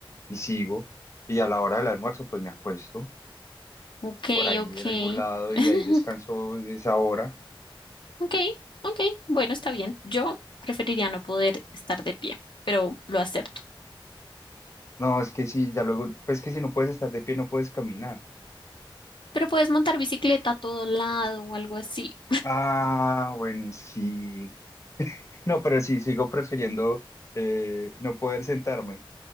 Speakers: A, on the left; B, on the left.
A: y sigo. Y a la hora del almuerzo, pues me acuesto
B: Ok,
A: por ahí
B: ok.
A: en algún lado
B: <laughs>
A: y ahí descanso esa hora.
B: Ok, ok. Bueno, está bien. Yo preferiría no poder estar de pie, pero lo acepto.
A: No, es que si ya luego, pues es que si no puedes estar de pie, no puedes caminar.
B: Pero puedes montar bicicleta a todo lado o algo así.
A: Ah, bueno, sí. No, pero sí, sigo prefiriendo eh, no poder sentarme.